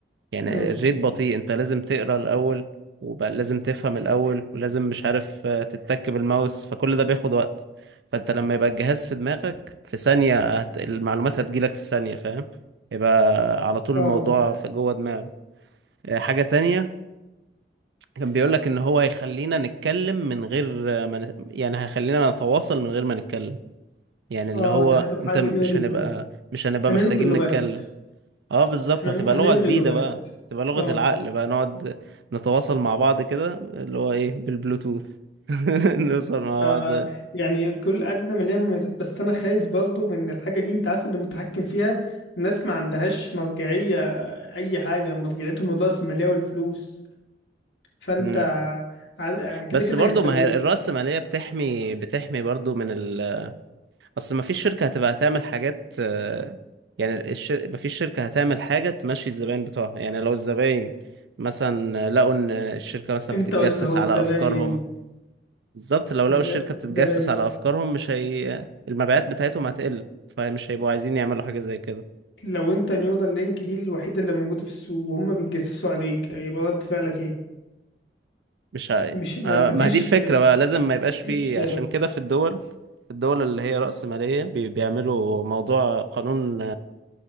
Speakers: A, on the right; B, on the left.
A: يعني
B: مم.
A: الريت بطيء انت لازم تقرا الاول ولازم تفهم الاول ولازم مش عارف آه، تتك بالماوس فكل ده بياخد وقت فانت لما يبقى الجهاز في دماغك في ثانية هت... المعلومات هتجيلك في ثانية فاهم يبقى على طول
B: اه
A: الموضوع في جوه دماغك آه، حاجة تانية كان بيقولك ان هو هيخلينا نتكلم من غير آه، ما نت... يعني هيخلينا نتواصل من غير ما نتكلم يعني اللي
B: اه
A: هو
B: ده هتبقى
A: انت
B: حاجة
A: مش
B: جميلة جدا
A: هنبقى مش هنبقى
B: هنلغي
A: محتاجين
B: اللغات
A: نتكلم اه بالظبط
B: احنا
A: هتبقى
B: م... هنلغي
A: لغة جديدة
B: اللغات
A: بقى تبقى لغة
B: اه
A: العقل بقى نقعد نتواصل مع بعض كده اللي هو ايه بالبلوتوث <laughs> نوصل مع
B: آه،
A: بعض
B: يعني كل قد ما ليها مميزات بس انا خايف برضو من الحاجة دي انت عارف اللي متحكم فيها الناس ما عندهاش مرجعية اي حاجة مرجعيتهم الرأسمالية والفلوس فانت
A: مم.
B: ع- كده
A: بس
B: كده
A: برضو
B: هيستغلوه
A: ما هي الرأسمالية بتحمي بتحمي برضو من ال أصل ما فيش شركة هتبقى هتعمل حاجات آه، يعني الشر... ما فيش شركة هتعمل حاجة تمشي الزباين بتوعها يعني لو الزباين مثلا لقوا إن الشركة مثلا
B: انت
A: بتتجسس
B: قلت اهو
A: على
B: زباين
A: أفكارهم بالظبط لو لقوا
B: ز-
A: الشركة بتتجسس
B: زباين
A: على أفكارهم مش هي المبيعات بتاعتهم هتقل فمش هيبقوا عايزين يعملوا حاجة زي كده
B: لو انت نيورال لينك دي الوحيدة اللي موجودة في السوق وهم بيتجسسوا عليك هيبقى رد فعلك ايه
A: مش ه...
B: مش ما-
A: آه،
B: مفيش
A: ما هي دي الفكرة بقى لازم ما يبقاش فيه
B: مفيش
A: عشان كده في الدول الدول اللي هي رأسمالية بي... بيعملوا موضوع قانون